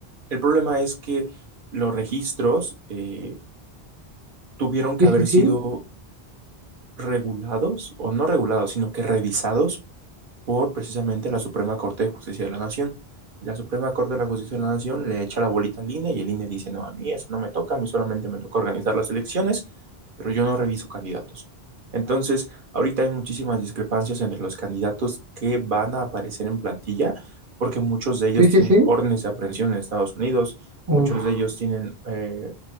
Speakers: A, on the right; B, on the right.
A: El problema es que los registros eh, tuvieron que
B: Sí,
A: haber
B: sí, sí,
A: sido regulados o no regulados, sino que revisados por precisamente la Suprema Corte de Justicia de la Nación. Y la Suprema Corte de la Justicia de la Nación le echa la bolita al INE y el INE dice, no, a mí eso no me toca, a mí solamente me toca organizar las elecciones, pero yo no reviso candidatos. Entonces, ahorita hay muchísimas discrepancias entre los candidatos que van a aparecer en plantilla, porque muchos de ellos
B: sí,
A: tienen
B: sí, sí.
A: órdenes de aprehensión en Estados Unidos,
B: Uf.
A: muchos de ellos tienen eh,